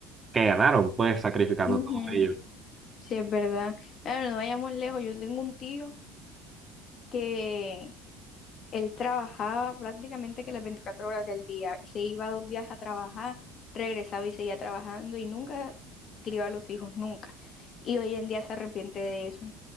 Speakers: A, on the right; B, on the left.
A: que ganaron, pues sacrificando
B: Ujú.
A: todo ello.
B: Sí, es verdad. Claro, no vayamos lejos, yo tengo un tío que Él trabajaba prácticamente que las 24 horas del día. Se iba dos días a trabajar, regresaba y seguía trabajando y nunca crió a los hijos, nunca. Y hoy en día se arrepiente de eso.